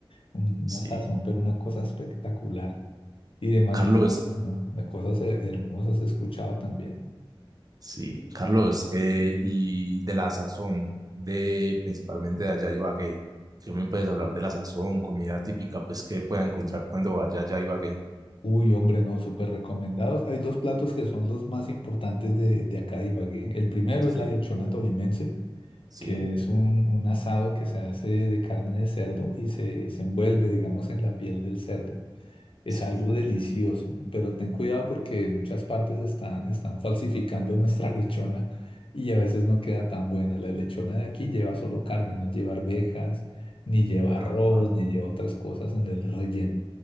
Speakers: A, on the left; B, on the right.
A: Una
B: Sí,
A: sazón, pero una cosa espectacular. Y de manita,
B: Carlos,
A: ¿no? De cosas he- hermosas he escuchado también.
B: sí, Carlos, eh, y de la sazón, de principalmente de allá Ibagué, ¿qué me puedes hablar de la sazón, comida típica, pues que pueda encontrar cuando vaya allá Ibagué?
A: Uy, hombre, no, súper recomendados. Hay dos platos que son los más importantes de, de acá de Ibagué. El primero
B: Sí,
A: es la lechona tolimense,
B: sí,
A: que es un, un asado que se hace de carne de cerdo y se, se envuelve, digamos, en la piel del cerdo. Es
B: sí,
A: algo delicioso, pero ten cuidado porque en muchas partes están, están falsificando nuestra <laughs> lechona y a veces no queda tan buena. La lechona de aquí lleva solo carne, no lleva arvejas, ni lleva
B: ah,
A: arroz, ni lleva otras cosas en el relleno.